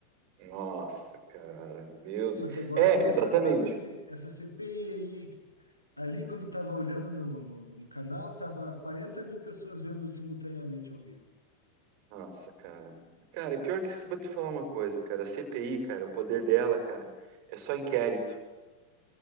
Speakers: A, on the right; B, on the left.
A: Nossa, cara, meu
B: Só
A: Deus.
B: que agora
A: É,
B: começaram
A: exatamente.
B: a fazer esse, essa CPI aí. Ali, quando eu tava olhando no, no, no canal, tava quarenta mil pessoas vendo simultaneamente ao vivo.
A: Nossa, cara. Cara, e pior que isso, vou te falar uma coisa, cara. A CPI, cara, o poder dela, cara, é só inquérito.